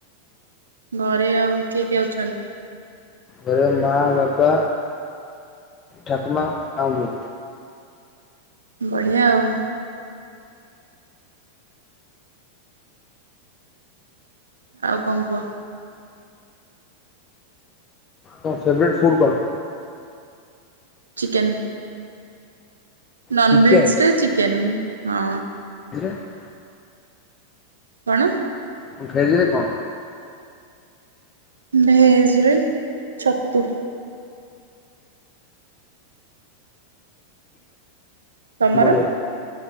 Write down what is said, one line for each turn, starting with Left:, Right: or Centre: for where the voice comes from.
Right: ଘରେ ଆଉ କିଏ କିଏ ଅଛନ୍ତି?
Left: ଘରେ ମା, ବାପା, ଠାକୁମା, ଆଉ ମୁଁ।
Right: ବଢ଼ିଆ ଆଉ। ଆଉ କଣ କୁହ?
Left: ତମ ଫେବ୍ରେଟ୍ ଫୁ୍ଡ୍ କଣ?
Right: ଚିକେନ୍। ନନ
Left: ଚିକେନ୍
Right: ଭେଜ୍ ରେ ଚିକେନ୍ ହଁ।
Left: <unintelligible>
Right: କଣ?
Left: <unintelligible> କଣ?
Right: ଭେଜ ରେ ଛତୁ। ତମର
Left: ବଢିଆ